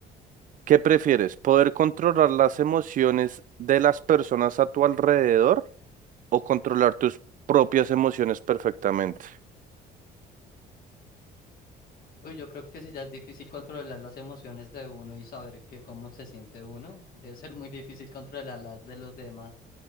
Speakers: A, on the right; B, on the left.
A: ¿qué prefieres? ¿Poder controlar las emociones de las personas a tu alrededor? o controlar tus propias emociones perfectamente.
B: Uy, yo creo que si ya es difícil controlar las emociones de uno y saber que cómo se siente uno, debe ser muy difícil controlar las de los demás